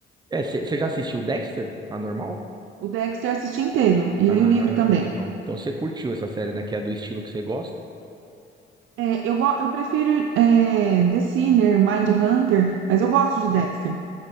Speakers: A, on the right; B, on the right.
A: É, você já assistiu Dexter? A normal?
B: O Dexter assisti inteiro e
A: Ah,
B: li o livro também.
A: legal. Então você curtiu essa série, né? Que é do estilo que você gosta.
B: É, eu, go- eu prefiro é, The Sinner, Mindhunter, mas eu gosto de Dexter.